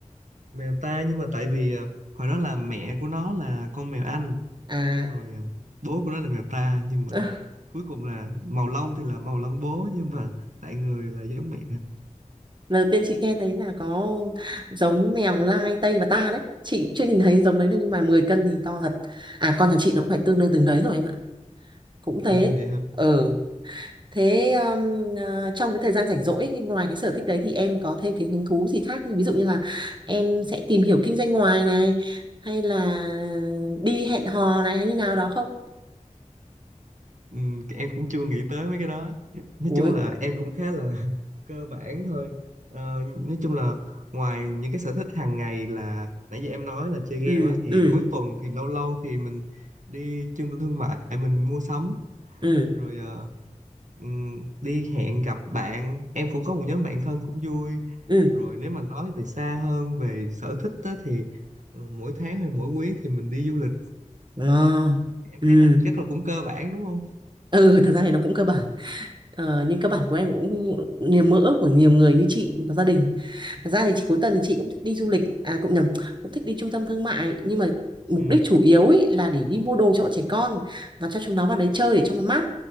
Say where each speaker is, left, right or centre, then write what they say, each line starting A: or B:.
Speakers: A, on the right; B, on the right.
A: mèo ta nhưng mà tại vì à, hồi đó là mẹ của nó là con mèo Anh,
B: à
A: xong rồi à, bố của nó là mèo ta nhưng mà
B: <laughs>
A: cuối cùng là màu lông thì là màu lông bố nhưng mà tạng người là giống mẹ.
B: lần đầu tiên chị nghe thấy là có giống mèo lai Tây và ta đấy chị chưa nhìn thấy giống đấy nhưng mà 10 cân thì to thật à con nhà chị nó cũng phải tương đương từng đấy rồi em ạ cũng thế
A: <laughs> Dạ.
B: ừ thế um, à, trong cái thời gian rảnh rỗi ngoài cái sở thích đấy thì em có thêm cái hứng thú gì khác như ví dụ như là em sẽ tìm hiểu kinh doanh ngoài này hay là đi hẹn hò này hay như nào đó không
A: Ừ, em cũng chưa nghĩ tới mấy cái đó nói
B: ui
A: chung là em cũng khá là <laughs> cơ bản thôi Ờ, nói chung là ngoài những cái sở thích hàng ngày là nãy giờ em nói là chơi game
B: ừ
A: á thì
B: ừ
A: cuối tuần thì lâu lâu thì mình đi trung tâm thương mại mình mua sắm
B: ừ
A: rồi ờ, ừm, đi hẹn gặp bạn em cũng có một nhóm bạn thân cũng vui
B: ừ
A: rồi nếu mà nói từ xa hơn về sở thích á, thì ờ, mỗi tháng hay mỗi quý thì mình đi du lịch
B: à,
A: em
B: ừ
A: thấy là chắc là cũng cơ bản đúng không
B: Ừ, thật ra thì nó cũng cơ bản. Ờ, nhưng cơ bản của em cũng niềm mơ ước của nhiều người như chị và gia đình. Thật ra thì chị cuối tuần thì chị cũng thích đi du lịch, à cũng nhầm, cũng thích đi trung tâm thương mại. Nhưng mà mục
A: ừ
B: đích chủ yếu ý là để đi mua đồ cho bọn trẻ con và cho chúng nó vào đấy chơi để cho nó mát.